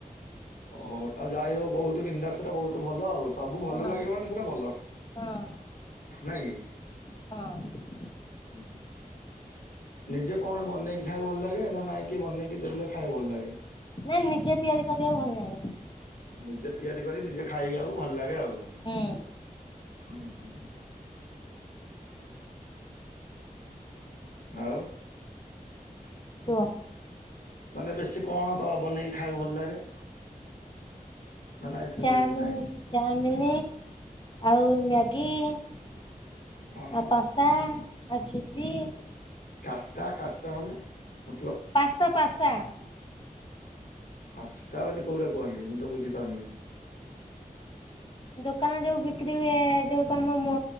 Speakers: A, on the left; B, on the left.
A: ଓହୋ ତା ଯାଇ ହଉ ବହୁତ ବିନ୍ଦାସଟା ବହୁତ ଭଲ ଆଉ। ସବୁ ଭଲ
B: ହଁ
A: ଲାଗେ ମାନେ ସେଟା ଭଲ
B: ହଁ
A: ନାଇଁ କି?
B: ହଁ।
A: <unintelligible> ନିଜେ କଣ ବନେଇକି ଖାଇବାକୁ ଭଲ ଲାଗେ ନା ନାଇଁ କିଏ ବନେଇକି ଦେଲେ ଖାଇବାକୁ ଭଲ ଲାଗେ?
B: ନା ନିଜେ ତିଆରି କରିବାକୁ ଭଲ ଲାଗେ।
A: ନିଜେ ତିଆରି କରି ନିଜେ ଖାଇଆକୁ ଭଲ ଲାଗେ ଆଉ।
B: ହୁଁ।
A: ହୁଁ ହୁଁ। ଆଉ।
B: କୁହ।
A: ମାନେ ବେଶୀ କଣ ବନେଇକି ଖାଇବାକୁ ଭଲ ଲାଗେ? ନା ନାଇଁ ସେମିତି
B: ଚାଉମିନ
A: କିଛି ନାହିଁ।
B: ଚାଉମିନ ଆଉ ମ୍ୟାଗି ଆଉ
A: ଓହୋ।
B: ପାସ୍ତା, ଆଉ ସୁଜି
A: କାଷ୍ତା କାଷ୍ତା ମାନେ ମତଲବ
B: ପାସ୍ତା ପାସ୍ତା।
A: ପାସ୍ତା ମାନେ କୋଉଟାକୁ କୁହନ୍ତି ମୁଁ ତ ବୁଝିପାରୁନି?
B: ଦୋକାନ ଯୋଉ ବିକ୍ରି ହୁଏ ଯୋଉ ତମ ମ